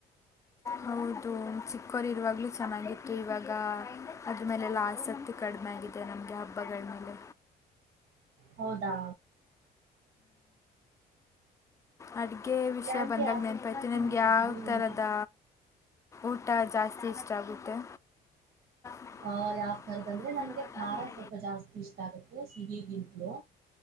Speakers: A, on the left; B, on the right.
A: ಹೌದು ಚಿಕ್ಕೋರು ಇರುವಾಗಲೂ ಚೆನ್ನಾಗಿತ್ತು ಇವಾಗ ಅದ್ರ ಮೇಲೆಲ್ಲ ಆಸಕ್ತಿ ಕಡಿಮೆ ಆಗಿದೆ ನಮಗೆ ಹಬ್ಬಗಳ ಮೇಲೆ
B: ಹೌದಾ
A: ಅ ಅಕೆ ವಿಷಯ
B: ಯಾಕೆ
A: ಬಂದಾಗ
B: ಆಸಕ್ತಿ
A: ನೆನ್ನಪೈತಿ
B: ಕಮ್ಮಿ
A: ನಿಮ್ಗೆ ಯಾವ
B: ಆಗಿದೆ ನಿಮ್ಗೆ
A: ಥರದ ಊಟ ಜಾಸ್ತಿ ಇಷ್ಟ ಆಗುತ್ತೆ ಮಾಡಿರ್ತಾರೆ
B: ಅಹ ಯಾವ್ ತರದ ಅಂದ್ರೆ ನನ್ಗೆ
A: ಝೀರೋ ಕಟ್
B: ಖಾರ
A: ಅಲ್ಲಿ ಎರಡು
B: ಸ್ವಲ್ಪ ಜಾಸ್ತಿ ಇಷ್ಟ ಆಗತ್ತೆ ಸಿಹಿಗಿಂತಲೂ